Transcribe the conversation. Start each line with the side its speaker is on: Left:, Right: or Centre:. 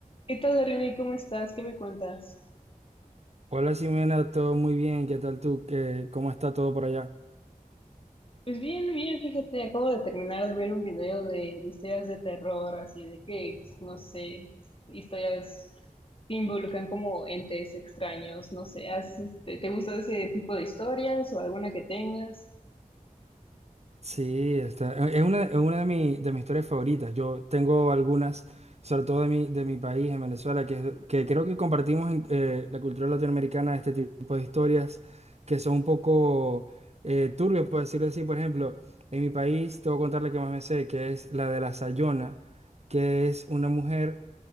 Left: ¿Qué tal, René? ¿Cómo estás? ¿Qué me cuentas?
Right: Hola Simena, todo muy bien, ¿qué tal tú? ¿Qué, cómo está todo por allá?
Left: Pues bien, bien, fíjate, acabo de terminar de ver un video de, de historias de terror, así de que, no sé, historias que involucran como entes extraños, no sé, ¿has- te, te gusta ese tipo de historias o alguna que tengas?
Right: Sí, está, e, es una, es una de, mi- de mis historias favoritas. Yo tengo algunas, sobre todo de mi, de mi país, en Venezuela, que, es- que creo que compartimos en eh, la cultura latinoamericana este tipo de historias que son un poco eh, turbias, por decirlo así. Por ejemplo, en mi país, te voy a contar la que más me sé, que es la de la Sayona, que es una mujer